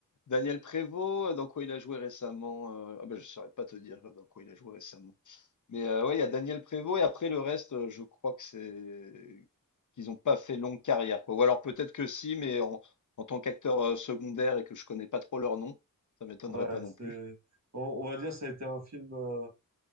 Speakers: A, on the left (about 55°); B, on the right (about 50°).
A: Daniel Prévost, dans quoi il a joué récemment? euh, Ah ben, je saurais pas te dire dans quoi il a joué récemment. Mais euh, ouais, il y a Daniel Prévost et après le reste, euh, je crois que c'est qu'ils n'ont pas fait longue carrière, quoi. Ou alors peut-être que si, mais en, en tant qu'acteur euh, secondaire et que je connais pas trop leur nom, ça m'étonnerait
B: Ouais,
A: pas non
B: c'est.
A: plus.
B: On, on va dire, ça a été un film euh,